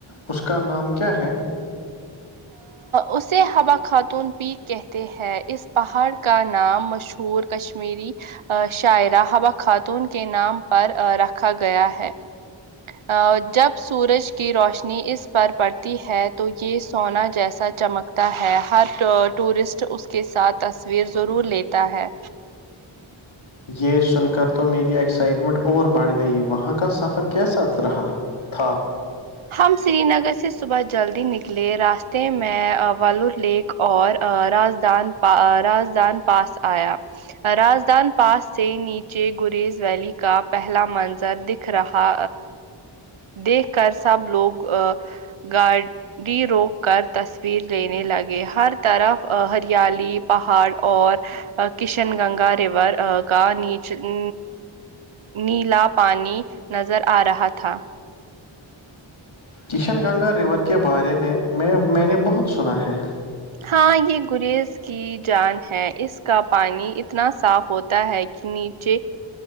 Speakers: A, on the left; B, on the right.
A: اس کا نام کیا ہے
B: اسے ہوبا خاتون پیک کہتے ہیں اس پہاڑ کا نام مشہور کش کشمیری شاعرہبا خاتون کے نام پر رکھا گیا ہے ا جب سورج کی روشنی اس پر پڑتی ہے تو یہ سونا جیسا چمکتا ہے ہر ٹورسٹ اس کے ساتھ تصویر ضرور لی ہے
A: یہ سن کر تو میری ایکسائٹمنٹ اور بڑھ گئی وہاں کا سفر کیسا رہا تھااں
B: ہم سری نگر سے صبح جلدی نکلے راستے میں وور لیک اور راجدان راجدان پاس آیا راجدان پاس سے نیچے گریز ویلی کا پہلا منظر دکھ رہا دیکھ کر سب لوگ گا ڈ روک کر تصویر لینے لگے ہر طرف ہریالی پہاڑ اور کشن گنگا ریور کا نیچ ا نیلا پانی نظر آ رہا تھا
A: کشن گنگا ریور کے بارے میں میں میں نے بہت سنا ہے
B: ہاں یہ گریز کی جان ہے اس کا پانی اتنا صاف ہوتا ہے کہ نیچ